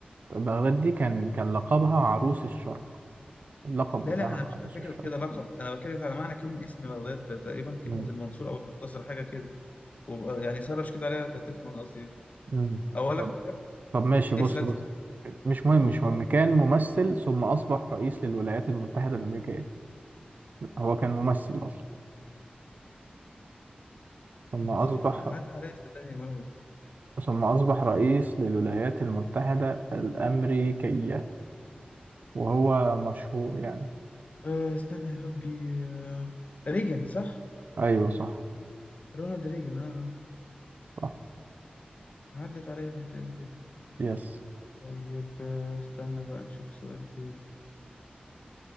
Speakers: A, on the right; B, on the left.
A: بغداد دي كان كان لقبها عروس الشرق اللقب
B: لا
A: بتاعها
B: لا انا مش
A: عروس
B: على فكرة
A: الشرق
B: كده لقب انا بتكلم على معنى كلمة اسم بغداد تقريبا
A: مم.
B: كلمة المنصور او المنتصر حاجة كده وبقى يعني سرش كده عليها تفهم انا قصدي ايه
A: مم.
B: او اقول
A: طب
B: لك حاجة
A: طب ماشي بص
B: اسأل
A: بص
B: سؤالك
A: مش مهم
B: قول
A: مش مهم كان ممثل ثم أصبح رئيس للولايات المتحدة الأمريكية هو كان ممثل أصلا ثم
B: انا
A: أصبح
B: سأل عدى عليا صدقني المعلومة دي
A: ثم أصبح رئيس للولايات المتحدة الأمريكية وهو مشهور يعني
B: آه استنى يا ربي آه... ريجن صح؟
A: ايوه صح
B: رونالد ريجن اه آه.
A: صح
B: عدت عليا الحتة دي قبل كده
A: يس
B: طيب آه، استنى بقى نشوف سؤال تاني